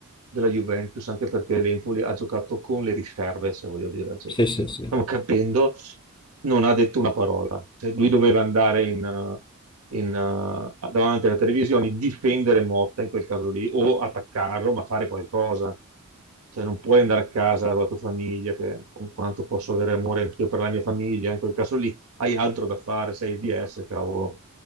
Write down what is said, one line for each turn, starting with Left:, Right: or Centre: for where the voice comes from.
Right: della Juventus, anche perché l'Empoli ha giocato con le riserve, se voglio dire, cioè,
Left: Sì, sì,
Right: se
Left: sì.
Right: stiamo capendo, non ha detto una parola. Cioè, lui doveva andare in, eh, in, eh, davanti alla televisione, difendere Motta in quel caso lì, o attaccarlo, ma fare qualcosa. Cioè, non puoi andare a casa con la tua famiglia, che con quanto posso avere amore anch'io per la mia famiglia, in quel caso lì hai altro da fare, sei il DS, cavolo.